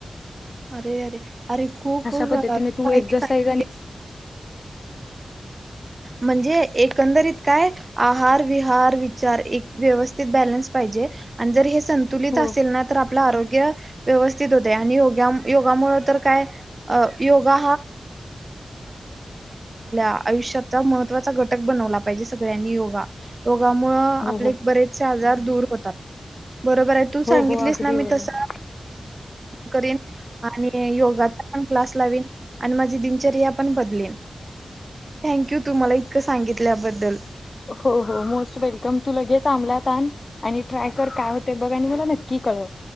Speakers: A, on the right; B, on the left.
A: अरे यारे अरे खूप खुप
B: पद्धतीने
A: रागात
B: तू
A: माहिती
B: एक्झरसाईज
A: सांगली
B: आणि
A: म्हणजे एकंदरीत काय आहार विहार विचार एक व्यवस्थित बॅलन्स पाहिजे आणि जर हेच संतुलित
B: हो
A: असेल ना तर आपलं आरोग्य योगा आपल्या आयुष्यात अत्यंत महत्त्वाचा आहे योगा हा जीवनाचा महत्त्वाचा घटक बनवला पाहिजे सर्वांनी रोगामुळ आपले
B: हो हो
A: बरेचसे आजार दूर होतात. बरोबर आहे तू
B: हो
A: सांगितलीस
B: हो अगदी
A: ना मी
B: बरोबर
A: तस करीन आणि योगाचा पण क्लास लावेन आणि माझी दिनचर्या पण बदलेन थँक्यू. तुम्हाला इतकं सांगितल्याबद्दल
B: हो हो मोस्ट वेलकम तू लगेच आंमलातन आण. आणि ट्राय कर काय होते बघा आणि मला नक्की क कळ